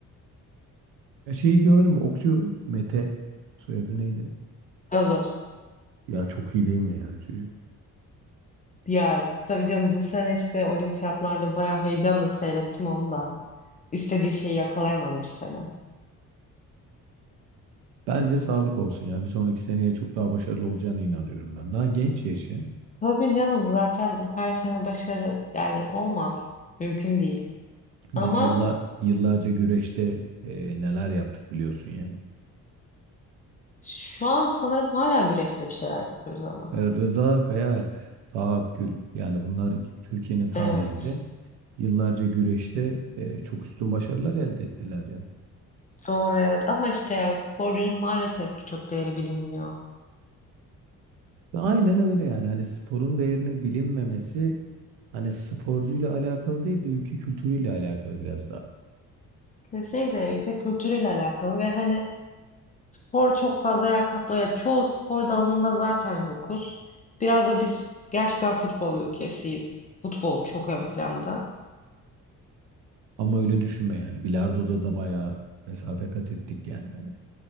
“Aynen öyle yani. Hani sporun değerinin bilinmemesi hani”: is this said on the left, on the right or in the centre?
Right